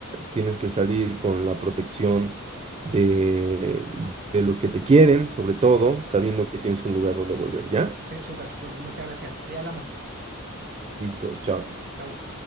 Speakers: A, on the right (about 30°); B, on the right (about 45°).
A: tienes que salir con la protección de, de los que te quieren, sobre todo,
B: Sí,
A: sabiendo que tienes un lugar donde volver, ¿ya?
B: sí, súper, súper. Muchas gracias. Ahí hablamos.
A: Listo, chao.
B: Cha- Chau.